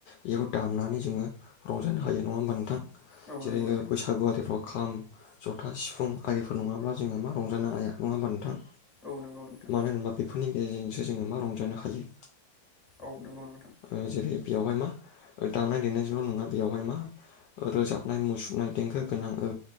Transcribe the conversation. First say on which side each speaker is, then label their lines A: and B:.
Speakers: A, on the left; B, on the left.
A: बेखौ दामनानै जोङो रंजानो हायो नङा होमबा नोंथां
B: औ
A: जेरै
B: नंगौ नोंथां
A: बैसागुआिफ्राव खाम जथा सिफुं आरिफोर नङाब्ला जोङो मा रंजानो हाया, नङा होमबा नोंथां?
B: औ नंगौ नोंथां
A: मानो होनबा बेफोरनि गेजेरजोंङो जोङो मा रंजानो हायो।
B: औ नोंगौ नथां।
A: ओ जेरै बेयावहाय मा ओ दामनाय देनायजोंल' नङा बेयावहाय मा रोजाबनाय मुसुरनाय देंखो गोनां ओ